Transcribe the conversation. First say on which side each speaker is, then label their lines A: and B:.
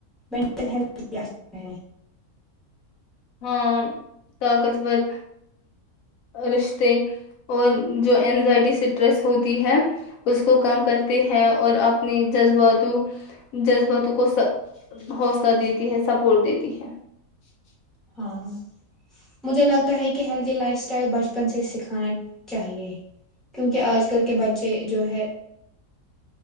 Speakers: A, in the centre; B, on the left (about 75°).
A: منٹل ہیلھ ہے
B: ہاں طاقتور رشتے اور جو اینزائٹی سٹریس ہوتی ہے اس کو کم کرتی ہے اور اپنی جذباتوں جذباتوں کو حوصلہ دیتی ہے سپورٹ دیتی ہے ٹ
A: ہاں مجھے لگتا ہے کہ ہیلدی لائف اسٹائل بچپن سے سکھانا چاہیے کیونکہ آج کل کے بچے جو ہے